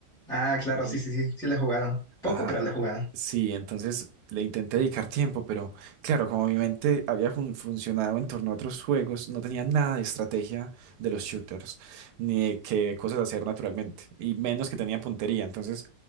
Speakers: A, in the centre; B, on the right.
A: Ah, claro,
B: Tal vez.
A: sí, sí, sí, sí le he jugado. Poco,
B: Ajá.
A: pero le he jugado.
B: Sí, entonces le intenté dedicar tiempo, pero claro, como mi mente había fun- funcionado en torno a otros juegos, no tenía nada de estrategia de los shooters, ni de qué cosas hacer naturalmente, y menos que tenía puntería. Entonces